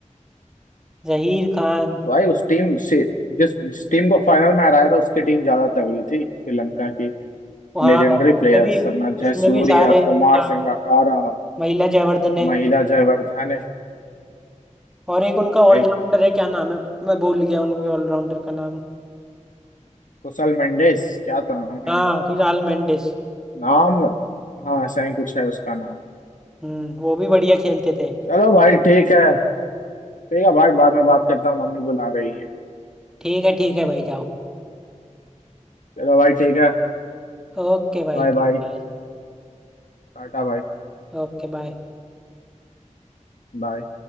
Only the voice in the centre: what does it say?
जहीर खान
हाँ
भाई इसमें
भी
इसमें
भी सारे
हाँ
महिला जयवर्धने
और एक उनका
ऑलराउंडर है क्या नाम है मैं भूल गया उनके ऑलराउंडर का नाम
हाँ
कुछ आल मेंडिस
हम्म वो भी बढ़िया खेलते थे
ठीक है ठीक है भाई जाओ
ओके भाई
ठीक है
Okay bye